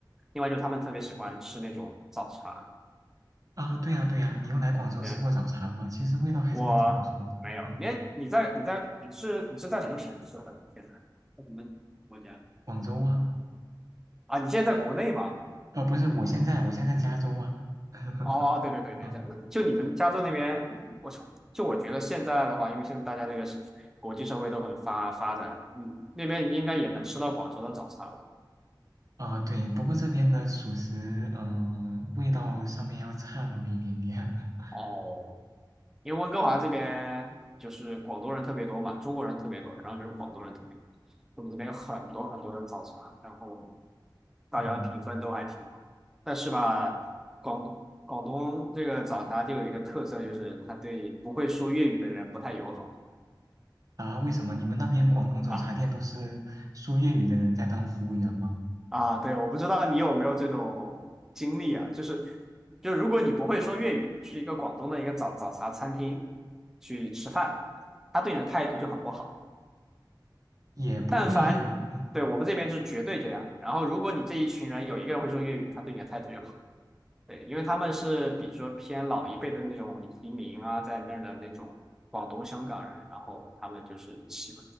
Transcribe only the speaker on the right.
啊，对呀，对呀，你有来广州吃过早茶吗？
其实味道还真的挺不错的。
嗯，
广州啊，
啊不是，我现在我现在加州啊。<laughs>
啊
啊，对，不过这边的属实，嗯、味道上面要差那么一点点。<laughs>
嗯
啊，为什么你们那边广东早茶店都是说粤语的人在当服务员吗？
也不会呀，
嗯，